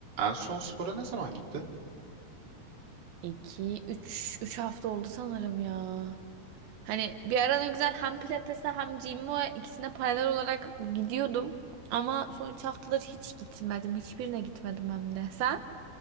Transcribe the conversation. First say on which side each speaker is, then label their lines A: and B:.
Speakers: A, on the right (about 35°); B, on the right (about 80°).
A: En son spora ne zaman gittin?
B: İki, üç, üç hafta oldu sanırım ya. Hani bir ara ne güzel hem pilatese hem gym'e ikisine paralel olarak gidiyordum. Ama son üç haftadır hiç gitmedim. Hiçbirine gitmedim hem de. Sen?